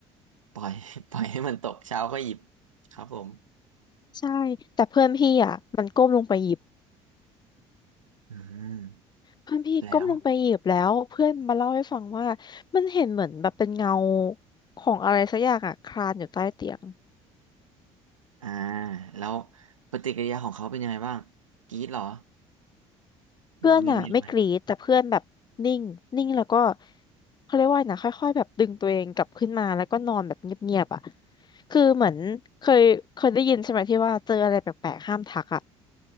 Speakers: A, on the right; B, on the left.
A: ปล่อย <laughs> ปล่อยให้มันตกเช้าก็หยิบครับผม
B: ใช่แต่เพื่อนพี่อะมันก้มลงไปหยิบ
A: อืม
B: เพื่อนพี่ก้มลงไปหยิบแล้วเพื่อนมาเล่าให้ฟังว่า
A: แล้ว
B: มันเห็นเหมือนแบบเป็นเงาของอะไรสักอย่างอะคลานอยู่ใต้เตียง
A: อ่าแล้วปฏิกิริยาของเขาเป็นยังไงบ้างกรี๊ดเหรอ
B: เพื่อนอะไม่กรีดแต่เพื่อนแบบนิ่งนิ่งแล้วก็
A: หรือว่าเงียบๆไว้
B: เขาเรียกว่าไงนะค่อยๆแบบดึงตัวเองกลับขึ้นมาแล้วก็นอนแบบเงียบๆอะคือเหมือนเคยเคยได้ยินใช่ไหมที่ว่าเจออะไรแปลกๆห้ามทักอะ